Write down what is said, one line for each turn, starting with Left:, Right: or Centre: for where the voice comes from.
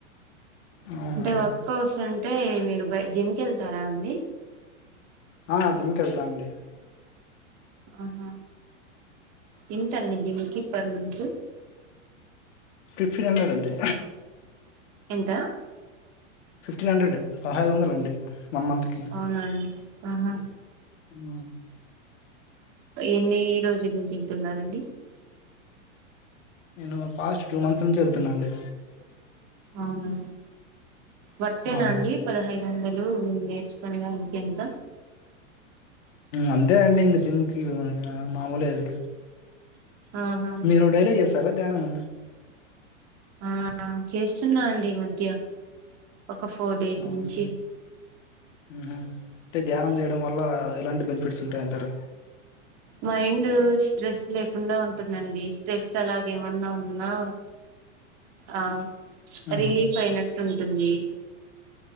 Left: అవునండి
Right: అంటే వర్క్ హౌస్ అంటే మీరు బ జిమ్ కి వెళ్తారా అండి
Left: ఆ జిమ్కి వెళ్తా అండి
Right: ఆహా ఎంత అండి జిమ్కి పర్ మంత్
Left: ఫిఫ్టీన్ హండ్రెడ్ అండి
Right: ఎంత
Left: ఫిఫ్టీన్ హండ్రెడ్ పదహైదు వందలండి వన్ మంత్కి
Right: అవునాండి ఆహా
Left: హ్మ్
Right: ఎన్ని రోజుల నుంచి వెళ్తున్నారండి
Left: నేను పాస్ట్ టూ మంత్స్ నుంచి వెళ్తున్నాండి
Right: అవునా వర్తేనా
Left: ఆ
Right: అండి పదహైదు వందలు నేర్చుకునే దానికి ఎంత
Left: అంతే అండి ఇంక జిమ్ కి మామూలే అది
Right: ఆహా
Left: మీరు డైలీ చేస్తారా ధ్యానం
Right: ఆ చేస్తున్నా అండి ఈ మధ్య ఒక ఫోర్ డేస్
Left: అవును
Right: నుంచి
Left: అంటే ధ్యానం చేయడం వల్ల ఎలాంటి బెనిఫిట్స్ ఉంటాయంటారు
Right: మైండ్ స్ట్రెస్ లేకుండా ఉంటుందండి స్ట్రెస్ అలాగేమన్నా ఉన్నా ఆ
Left: ఉహు
Right: రిలీఫ్ అయినట్టు ఉంటుంది